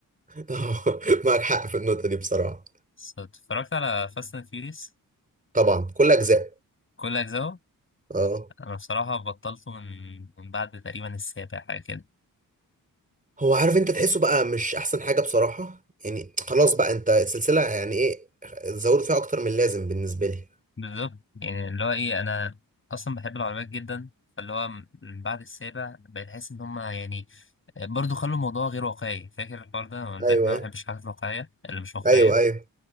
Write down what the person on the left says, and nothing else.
بس اتفرجت على فاست اند فيوريوس
كل اجزاءه
انا بصراحه بطلته من من بعد تقريبا السابع حاجه كده
بالظبط يعني اللي هو ايه انا اصلا بحب العربيات جدا فاللي هو من بعد السابع بقيت احس ان هم يعني برضه خلوا الموضوع غير واقعي فاكر الحوار ده أنا قلت
لك ان انا
ما بحبش الحاجات الواقعيه اللي مش واقعيه